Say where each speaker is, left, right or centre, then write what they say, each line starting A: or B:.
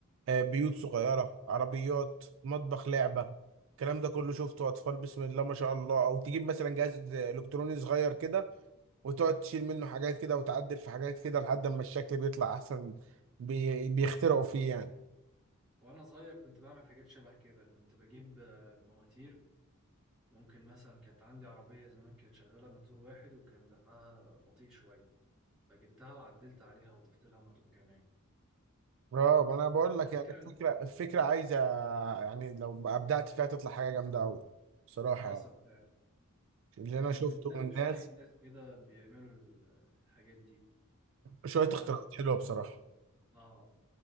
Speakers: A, on the right (about 60°); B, in the centre.
A: آه، بيوت صغيره عربيات مطبخ لعبه الكلام ده كله شفته اطفال بسم الله ما شاء الله او تجيب مثلا جهاز الكتروني صغير كده وتقعد تشيل منه حاجات كده وتعدل في حاجات كده لحد ما الشكل بيطلع احسن بي... بيخترعوا فيه يعني
B: وأنا صغير كنت بعمل حاجات شبه كده كنت بجيب آه، المواتير ممكن مثلا كانت عندي عربية زمان كانت شغالة بموتور واحد وكان دفعها بطيء شوية فجبتها وعدلت عليها وضفت لها موتور كمان
A: اه ما انا بقول لك
B: على فكرة
A: يعني الفكره الفكره عايزه يعني لو ابدعت فيها تطلع حاجه جامده قوي بصراحه
B: حصل
A: يعني
B: فعلا
A: اللي
B: أنا
A: انا
B: كنت
A: شفته
B: متابع
A: من الناس
B: شوية ناس كده بيعملوا ال- الحاجات دي
A: شويه
B: تعرف
A: اختراعات حلوه بصراحه
B: آه